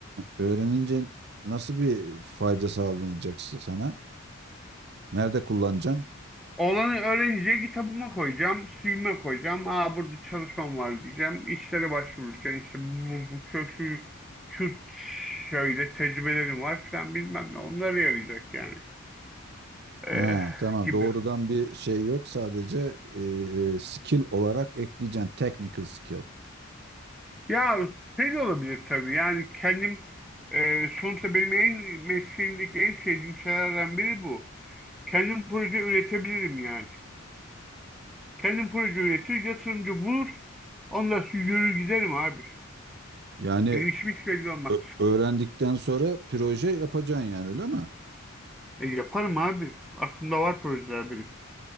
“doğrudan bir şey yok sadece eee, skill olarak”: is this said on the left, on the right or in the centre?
Right